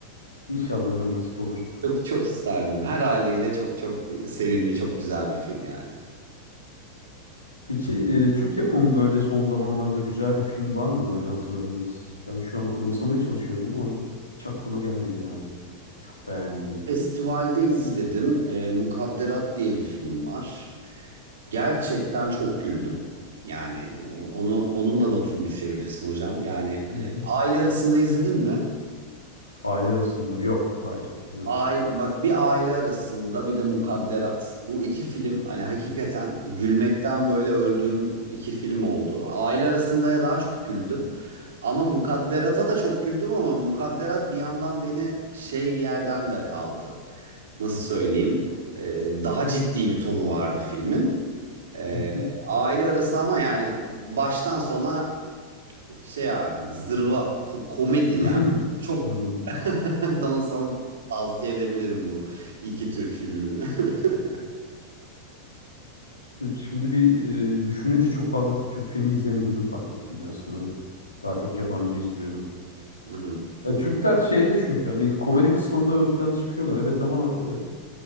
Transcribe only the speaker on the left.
İnşallah hocam nasip olur.
Peki e, Türk yapımı böyle son zamanlarda güzel bir film var mı? Hani hatırladığınız. Ben şu an anımsamaya çalışıyorum ama hiç aklıma gelmedi yani. Çok beğendiğim.
Hı
hı.
Aile arasında. Yok. Hayır. izlemedim.
Hı hı.
<laughs>
Anladım.
Şimdi bir e, düşününce çok fazla fi- Türk filmi izlemediğimi fark ettim ya sanırım. Daha çok yabancı izliyorum.
Ya
Türkler şeyde çünkü hani komedi kısmında ön plana çıkıyorlar evet ama